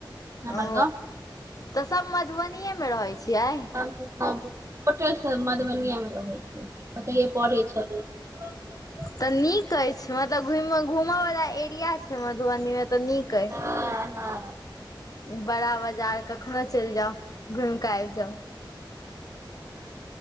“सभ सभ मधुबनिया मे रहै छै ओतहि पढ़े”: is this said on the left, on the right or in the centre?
Right